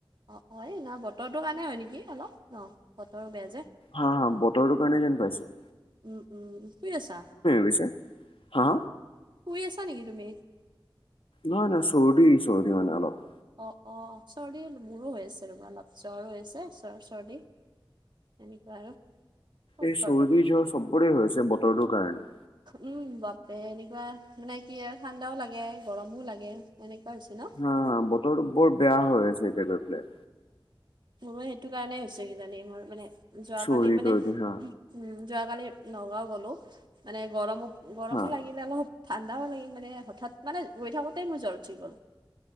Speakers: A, on the right; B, on the left.
A: অ', অ', এই নহয় বতৰটোৰ কাৰণে হয় নেকি অলপ ন'বতৰো বেয়া যে।
B: হা -হা বতৰটোৰ কাৰণে যেন পাইছোঁ।
A: উম- উম শুই আছা
B: পিছে? হা?
A: শুই আছা নেকি তুমি?
B: নহয়-নহয় চৰ্দি - চৰ্দি মানে অলপ।
A: অ', অ', চৰ্দি মোৰো হৈ আছে ৰবা অলপ জ্বৰ হৈ আছে চৰ চৰ্দি। এনেকুৱা আৰু ক'ত
B: এ চৰ্দি
A: ঘৰটো
B: জ্বৰ চব্বৰে আছে বতৰটোৰ কাৰণে।
A: উম, বাপৰে এনেকুৱা মানে কি আৰ ঠাণ্ডাও লাগে গৰমো লাগে এনেকুৱা হৈছে ন'?
B: হা- হা বতৰটো বৰ বেয়া হৈ আছে এতিয়া গৈ পেলে।
A: মোৰো সেইটো কাৰণেই হৈছে কিজানি মোৰ মানে যোৱাকালি
B: চৰ্দি
A: মানে
B: তৰ্দি
A: উম,
B: হা
A: যোৱাকালি নগাঁও গ'লো মানে গৰমো- গৰমো
B: হা।
A: লাগিলে অলপ ঠাণ্ডাও লাগি মানে হঠাৎ মানে ৰৈ থাকোঁতেই মোৰ জ্বৰ উঠি গ'ল।